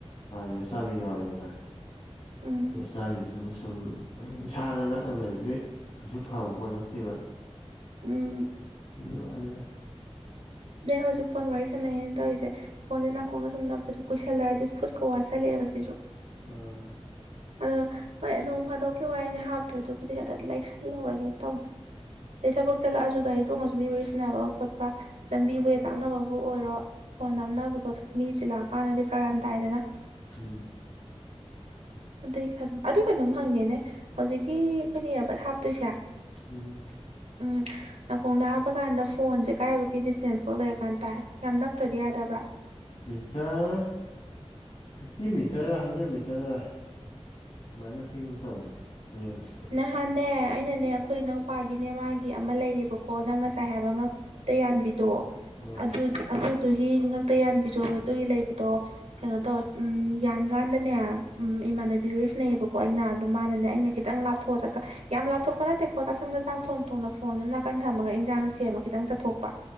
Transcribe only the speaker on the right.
ꯎꯝ
ꯎꯝ
ꯗꯩ ꯍꯧꯖꯤꯛ ꯐꯣꯟ ꯋꯥꯔꯤ ꯁꯥꯟꯅꯪꯅ ꯇꯧꯔꯤꯁꯦ ꯐꫭꯟꯁꯦ ꯅꯥꯀꯣꯡꯅ ꯁꯨꯝ ꯅꯞꯄꯗꯤ ꯀꯨꯏꯁꯜꯂꯛꯑꯗꯤ ꯈꯨꯠꯀ ꯋꯥꯠꯁꯤꯜꯂꯛꯑꯦꯕ ꯁꯤꯁꯨ
ꯑꯗ ꯍꯣꯏ ꯅꯣꯡ ꯐꯥꯗꯣꯛꯀꯤ ꯋꯥꯔꯤꯅꯤ ꯍꯥꯞꯇꯣꯏꯗꯨꯕꯨꯗꯤ ꯑꯗ ꯂꯩꯁꯜꯍꯧꯔꯒꯦꯅ ꯇꯧꯅꯦ ꯑꯗꯩ ꯊꯕꯛ ꯆꯠꯂꯛꯑꯁꯨ ꯒꯥꯔꯤ ꯇꯣꯡꯉꯁꯨ ꯃꯤ ꯋꯥꯔꯤꯁꯤꯟꯅꯕ ꯈꯣꯠꯄ ꯂꯝꯕꯤ ꯋꯦ ꯇꯥꯛꯅꯕꯕꯨ ꯑꯣꯏꯔꯣ ꯐꯣꯟ ꯅꯝꯅꯕꯗꯣ ꯃꯤ ꯆꯤꯜꯂꯛꯑꯀꯥꯟꯗꯗꯤ ꯐꯔꯥꯛ ꯌꯥꯝ ꯇꯥꯏꯗꯅ
ꯑꯗꯨꯏ ꯈꯟ ꯑꯗꯨ ꯀꯩꯅꯣꯝ ꯍꯪꯒꯦꯅꯦ ꯍꯧꯖꯤꯛꯀꯤ ꯑꯩꯈꯣꯏꯅ ꯏꯌꯥꯔꯕꯠ ꯍꯥꯞꯇꯣꯏꯁꯦ
ꯎꯝ ꯅꯥꯀꯣꯡꯗ ꯍꯥꯞꯄ ꯀꯥꯟꯗ ꯐꯣꯟꯁꯦ ꯀꯥꯏꯐꯥꯎꯒꯤ ꯗꯤꯁꯇꯦꯟꯁꯐꯥꯎ ꯂꯩꯔ ꯀꯥꯟ ꯇꯥꯏ ꯌꯥꯝ ꯅꯛꯇ꯭ꯔꯗꯤ ꯌꯥꯗꯕ꯭ꯔꯥ
ꯅꯍꯥꯟꯅꯦ ꯑꯩꯅꯅꯦ ꯑꯩꯈꯣꯏ ꯏꯅꯥꯎ ꯄꯥꯒꯤꯅꯦ ꯃꯥꯒꯤ ꯑꯃ ꯂꯩꯌꯦꯕꯀꯣ ꯅꯪ ꯉꯁꯥꯏ ꯍꯥꯏꯕ ꯉꯛꯇ ꯌꯥꯟꯕꯤꯗꯣ
ꯑꯗꯨ ꯑꯗꯨꯗꯨꯒꯤ ꯉꯥꯛꯇ ꯌꯥꯟꯕꯤꯔꯑꯣ ꯑꯗꯨꯒꯤ ꯂꯩꯕ ꯇꫭ ꯀꯩꯅꯣ ꯇꯧꯋꯦ ꯎꯝ ꯌꯥꯟ ꯀꯥꯟꯗꯅꯦ ꯎꯝ ꯏꯃꯥꯟꯅꯕꯤ ꯄꯤ ꯋꯥꯔꯤ ꯁꯥꯟꯅꯩꯌꯦꯕꯀꯣ ꯑꯩꯅ ꯗꯣ ꯃꯥꯅꯅꯦ ꯑꯩꯅ ꯈꯤꯇꯪ ꯂꯥꯞ ꯊꫭꯛ ꯑ ꯆꯥꯀ ꯌꯥꯝ ꯂꯥꯊꯣꯛꯄ ꯅꯠꯇꯦꯀꯣ ꯆꯥꯛꯁꯪꯗ ꯆꯥꯛ ꯊꯣꯡ ꯊꯣꯡꯅ ꯐꯣꯟꯗꯨꯅ ꯅꯥꯀꯟ ꯊꯝꯃꯒ ꯏꯟꯖꯥꯡ ꯁꯦꯝ ꯁꯦꯝꯃ ꯈꯤꯇꯪ ꯆꯠꯊꯣꯛꯄ